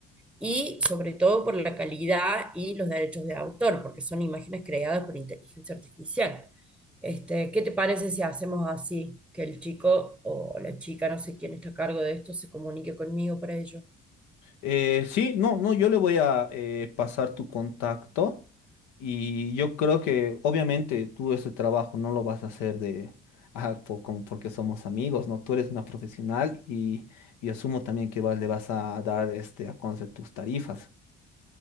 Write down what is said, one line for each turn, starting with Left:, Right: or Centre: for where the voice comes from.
Centre: y sobre todo por la calidad y los derechos de autor, porque son imágenes creadas por inteligencia artificial. Este, ¿qué te parece si hacemos así, que el chico o la chica, no sé quién está a cargo de esto, se comunique conmigo para ello?
Left: Eh, sí, no, no, yo le voy a eh, pasar tu contacto y yo creo que obviamente tú ese trabajo no lo vas a hacer de, <laughs> ah, po- como porque somos amigos, ¿no? Tú eres una profesional y, y asumo también que vas- le vas a dar este, a conocer tus tarifas.